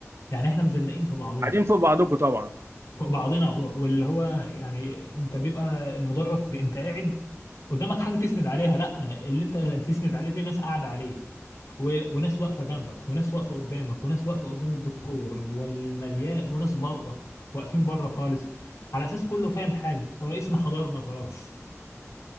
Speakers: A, on the left; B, on the right.
A: يعني احنا مزنقين في بعضنا
B: قاعدين فوق بعضكم طبعا
A: فوق بعضنا و- واللي هو يعني انت بيبقى المدرج انت قاعد قدامك حاجه تسند عليها لا اللي انت تسند عليه دي ناس قاعده عليه و... وناس واقفه جنبك وناس واقفه قدامك وناس واقفه قدام الدكتور والمليان وناس بره واقفين بره خالص على اساس كله فاهم حاجه هو اسم حضرنا خلاص